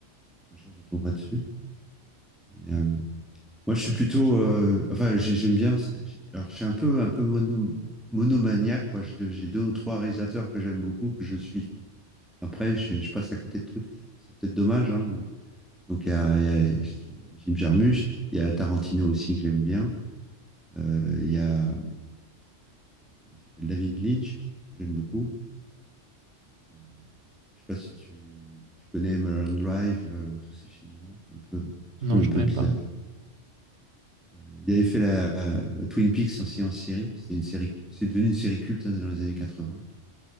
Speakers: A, in the centre; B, on the right.
A: Un jour, je tomberai dessus. Mais, euh, moi, je suis plutôt. euh, enfin, j'ai- j'aime bien. c'est- j'ai- Alors, je suis un peu, un peu mono- monomaniaque, quoi. J'ai deux, j'ai deux ou trois réalisateurs que j'aime beaucoup, que je suis, quoi. Après, je, je passe à côté de trucs. C'est peut-être dommage, hein, mais. Donc, il y a, il y a Jim Jarmusch, il y a Tarantino aussi que j'aime bien. Euh, il y a. euh, Comment il s'appelle? David Lynch, que j'aime beaucoup. Euh, je sais pas si tu, tu connais Mulholland Drive, euh, tous ces films-là. Un peu, films
B: Non, je
A: un peu
B: connais
A: bizarres.
B: pas.
A: Euh, Il avait fait la euh, Twin Peaks aussi en série. C'était une série, c'est devenu une série culte hein, dans les années 80.